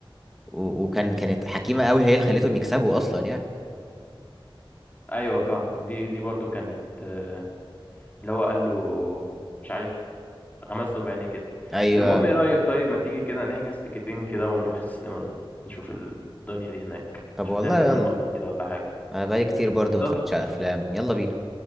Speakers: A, in the centre; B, on the left (about 15°).
A: و- وكان كانت حكيمة قوي هي اللي خليتهم يكسبوا اصلا يعني
B: ايوه فاهمك دي دي برضه كانت آه، اللي هو قال له مش عارف غمز له بعينيه كده
A: ايوه
B: المهم ايه رأيك طيب ما تيجي كده نحجز تيكتين كده ونروح السينما نشوف الدنيا دي هناك
A: طب
B: شوف
A: والله
B: لنا فيلم
A: يلا
B: المرة كده ولا حاجة
A: انا بقالي كتير برضو
B: قشطة
A: ما اتفرجتش على الافلام يلا بينا